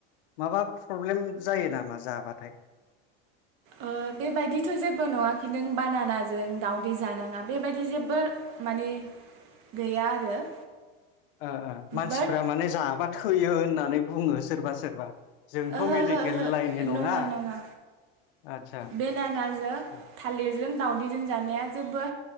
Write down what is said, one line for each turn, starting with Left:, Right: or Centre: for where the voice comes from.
Left: माबा प्रब्लेम जायो नामा जाबाथाय?
Right: ओ बेबायदिथ' जेबो नङा खिन्थु बानानाजों दाउदै जानाङा बेबायदि जेबो माने, गैया आरो
Left: ओ ओ मानसिफ्रा
Right: बाट
Left: माने जाबा थैयो होननानै बुंङो सोरबा सोरबा जोंथ'
Right: ओहो-ओहो
Left: मेडिकेल लाइननि नङा
Right: नंङा-नंङा
Left: आदसा
Right: बेनानाजों
Left: उम
Right: थालिरजों दावदैजों जानाया जेबो